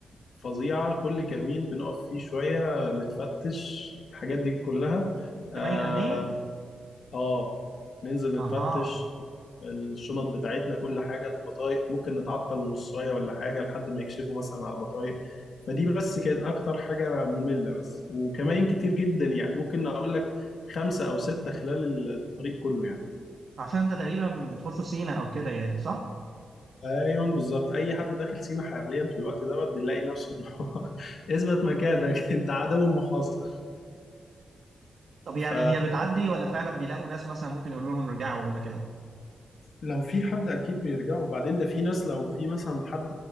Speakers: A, on the left; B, on the right.
A: فظيعة كل كمين بنقف فيه شوية نتفتش الحاجات دي كلها
B: كمائن
A: آه
B: امنيه
A: آه، ننزل
B: اها
A: نتفتش الشنط بتاعتنا كل حاجه البطايق ممكن نتعطل نصايه ولا حاجه لحد ما يكشفوا مثلا على البطايق فدي بس كانت اكتر حاجه ممله بس وكمان كتير جدا يعني ممكن اقول لك خمسه او سته خلال الطريق كله يعني
B: عشان انت تقريبا بتخش في سينا او كده يعني صح
A: ايوه بالظبط اي حد داخل سينا حاليا في الوقت دوت بيلاقي نفسه إن هو <laughs> اثبت مكانك انت عدو محاصر
B: طب يعني
A: ف
B: هي بتعدي ولا فعلا بيلاقوا ناس مثلا ممكن يقولوا لهم ارجعوا ولا كده
A: لو في حد اكيد بيرجعوا وبعدين ده في ناس لو في مثلا حد